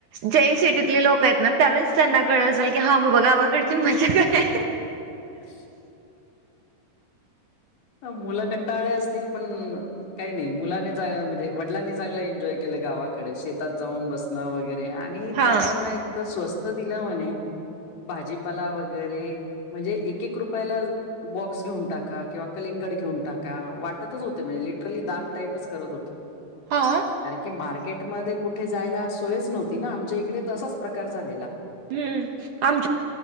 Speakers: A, on the right; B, on the left.
A: जे सिटीतले लोक आहेत ना त्यावेळेस त्यांना कळ असेल की हा बाबा गावाकडची मजा काय.
B: <inaudible> मुलं कंटाळे असतील पण काही नाही मुलाने म्हणजे वडलांनी चांगलं एन्जॉय केलं गावाकडे शेतात जाऊन बसणं वगैरे. ते आणि
A: हा
B: त्या दरम्यान इतकं स्वस्त दिलं म्हणे भाजीपाला वगैरे म्हणजे एक एक रुपयाला बॉक्स घेऊन टाका किंवा कलिंगड घेऊन टाका वाटतच होत म्हणजे लिटरली दान टाईपच करत होत.
A: हा.
B: कारण की मार्केटमध्ये कुठे जायला सोयच नव्हती ना आमच्या इकडे तसाच प्रकार झालेला.
A: हम्म आमच्या